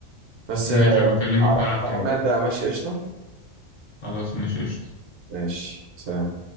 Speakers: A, on the right; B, on the left.
A: بس
B: ماشي
A: آه،
B: بكلمك
A: على
B: نلعب
A: القناة
B: تاني
A: بقى ماشي قشطة
B: خلاص ماشي قشطة
A: ماشي سلام